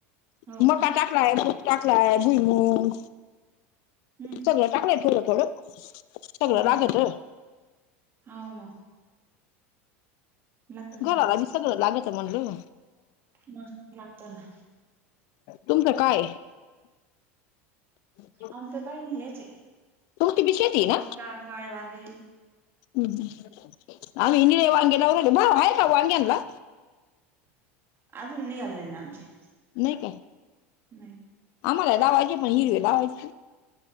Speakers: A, on the right; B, on the left.
A: हो
B: मका
A: का
B: टाक. टकलाय टाकलाय भुईम
A: हम्म
B: सगळं टाकलंय ठोलं थोडं. सगळं
A: हो
B: लागत
A: का? ह मग. लागतच
B: घराला
A: ना मग
B: बी सगळं लागत म्हणल.
A: मस् लागत ना.
B: तुमचं काय. <inaudible>
A: आमच काही नाही ह्याची
B: तुमची बी शेती ना
A: मक्का काळे वांगी.
B: आम्ही निळे वांग्याला उले आहे का वांग्यांला.
A: <inaudible> अजून निघालले ना आमचे.
B: नाही काय.
A: नाही.
B: आम्हाला लावायचे पण हिरवे लावायचे.